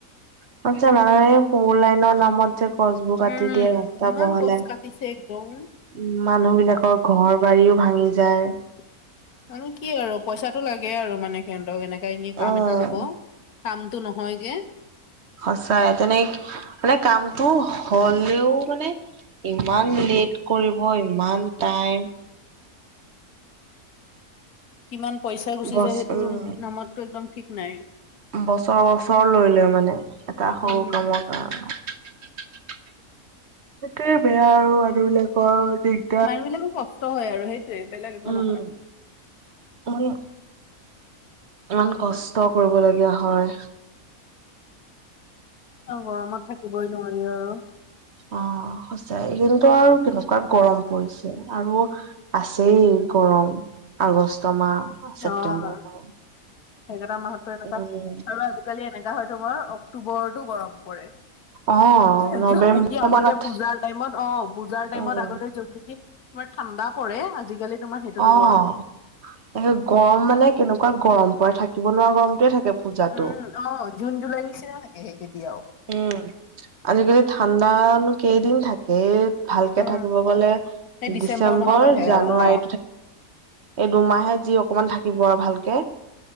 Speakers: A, on the right; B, on the left.
A: খুব যে মানুহে এই ফোৰ লাইনৰ নামত ঠে গছবোৰ কাটি
B: উম
A: দিয়ে ৰাস্তা
B: ইমান
A: বহলাই
B: গছ কাটিছে একদম
A: উম মানুহ বিলাকৰ ঘৰ-বাৰীও ভাঙি যায়।
B: ঢু মানে কি আৰু পইচাটো লাগে আৰু মানে সিহঁতক এনেকা এনে কাম
A: উম
B: এটা ল'ব। কামটো নহয় গে।
A: সঁচাই তেনেক মানে কামটো হ হ হলেও মানে ইমান লেট কৰিব ইমান টাইম।
B: কিমান পইচা গুচি
A: বছ
B: যায় সেইটো
A: উম
B: নামতটো একদম ঠিক নাই।
A: বছৰ বছৰ লৈ লৈ মানে এটা সৰু
B: উম
A: কামত। আহ অ ঠ ঠ ঠ ঠ সেইটোৱে বেয়া আৰু মানুহ বিলাকৰ দিগ।
B: মানুহ বিলাকৰ কষ্ট হয় আৰু সেইটোৱে বেলেগ একো
A: উম
B: নহয়।
A: ইমান ইমান কষ্ট কৰিবলগীয়া হয়।
B: অ গৰমত থাকিবই নোৱাৰি আৰু।
A: অ সচাঁই কিন্তু আৰু কেনেকুৱা গৰম পৰিছে আৰু। আছেই গৰম আগষ্ট মাহ ছেপ্টেম্বৰ
B: অ
A: মাহ।
B: সেইকেইটা মাহতো এনেকুৱা
A: উম
B: আৰু আজিকালি এনেকা হয় তোমাৰ অক্টোবৰতো গৰম পৰে।
A: অ
B: <unintelligible>
A: নৱেম্বৰ
B: য'ত নেকি আগতে
A: মানত
B: পূজাৰ টাইমত অ পূজাৰ টাইমত
A: উম
B: আগতে য'ত নেকি। তোমাৰ ঠাণ্ডা পৰে আজিকালি। তোমাৰ সেইটোতো
A: অ এ
B: গৰম।
A: গৰম মানে কেনেকুৱা গৰম পৰে থাকিব নোৱাৰা গৰমটোৱে থাকে পূজাতো
B: উম অ জুন জুলাইৰ নিচিনা থাকে সেই তেতিয়াও।
A: উম আজিকালি ঠাণ্ডানো কেইদিন থাকে। ভালকে
B: উম
A: থাকিব গ'লে
B: সেই
A: ডিচেম্বৰ
B: মাহত আহে
A: জানুৱাৰী
B: আৰু অ
A: এই দুমাহে যি অকমান থাকিব আৰু ভালকে।